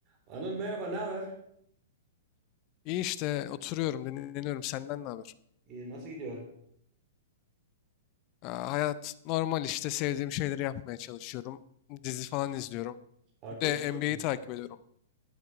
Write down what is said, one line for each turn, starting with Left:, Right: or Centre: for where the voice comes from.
Right: Anıl merhaba, ne haber?
Left: İyi işte oturuyorum, dinleniyorum. Senden ne haber?
Right: İyi, nasıl gidiyor?
Left: Aa, hayat normal işte sevdiğim şeyleri yapmaya çalışıyorum. Dizi falan izliyorum.
Right: Farklı
Left: Bir de
Right: bir şey yok
Left: NBA'yi
Right: mu?
Left: takip ediyorum.